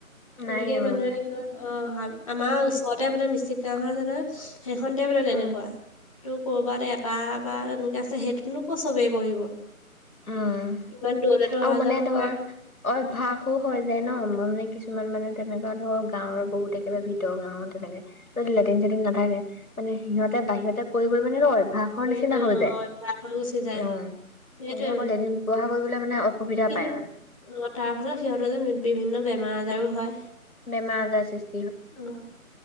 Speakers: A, on the left; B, on the left.
A: নাই
B: তেনেকে
A: উম
B: মানুহে অ আমাৰ ওচৰতে মে মিষ্টিত গাওৰ আ নয়। সেইখন দে ব তেনেকুৱা।
A: উম
B: তটো কৰবাত এটা বা তেনেককা আছে সেইটোনো কো চবেই কৰিব।
A: উম
B: ইমান দূৰলেতো
A: আৰু
B: অহা
A: মানে
B: যানো
A: ধৰ
B: কৰে ন।
A: অভ্যাসো হৈ যায় ন মানে কিছুমান মানে তেনেকুৱা ধৰক গাঁৱৰ বহুতে একেবাৰে ভিতৰ গাঁওৰ তেনেকে যদি লেটিন চেটিন নাথাকে মানে সিহঁতে বাহিৰতে কৈ কৰি মানে ভাষৰ
B: কৰি
A: নিচিনা
B: কৰি
A: হৈ
B: অ
A: যায়
B: অভ্যাস হৈ গুচি
A: অ'।
B: সেইটোৱে
A: তাৰপিছত
B: মানে
A: ক এদিন ব্যৱহাৰ কৰিবলৈ মানে
B: উম
A: অসুবিধা
B: কিন্তু
A: পায় মানে।
B: অ' তাৰ ফলত সিহঁতৰ যে বিভিন্ন বেমাৰ আজাৰো হয়।
A: বেমাৰ আজাৰ আছে।
B: অ'